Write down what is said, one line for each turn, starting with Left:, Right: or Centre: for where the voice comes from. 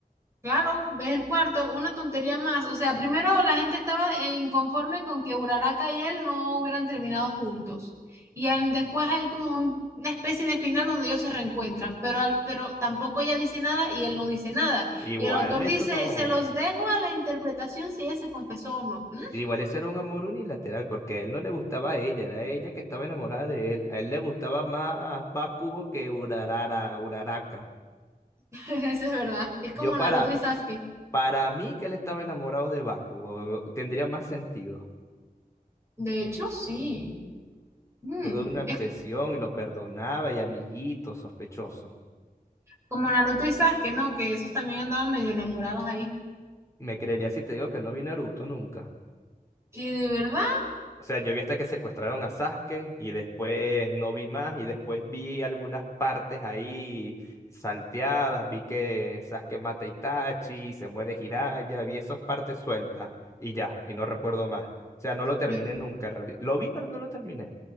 Right: Claro, ves el cuarto, una tontería más. O sea, primero la gente estaba eh, inconforme con que Uraraka y él no hubieran terminado juntos. Y en- después hay como un- una especie de final donde ellos se reencuentran, pero, al- pero tampoco ella dice nada y él no dice nada.
Left: Igual
Right: Y el autor
Left: eso
Right: dice,
Left: no.
Right: se los dejo a la interpretación si ella se confesó o no. ¿Mm?
Left: Igual eso era un amor unilateral, porque a él no le gustaba a ella, era ella que estaba enamorada de él. A él le gustaba más Bakugo que Urarara, Uraraka.
Right: <laughs> Eso es verdad. Es como
Left: Yo para,
Right: Naruto y Sasuke.
Left: Para mí que él estaba enamorado de Bakugo, tendría más sentido.
Right: De hecho, sí. Mm.
Left: Toda una obsesión
Right: Es
Left: y lo perdonaba y amiguito, sospechoso.
Right: como Naruto y Sasuke, ¿no? Que esos también andaban medio enamorados ahí.
Left: Me creería si te digo que no vi Naruto nunca.
Right: Que de verdad...
Left: O sea, yo vi hasta que secuestraron a Sasuke y después no vi más y después vi algunas partes ahí salteadas, vi que Sasuke mata a Itachi, se muere Jiraiya, vi esas partes sueltas y ya, y no recuerdo más. O sea, no lo terminé
Right: Yo,
Left: nunca en realidad. Lo vi, pero no lo terminé.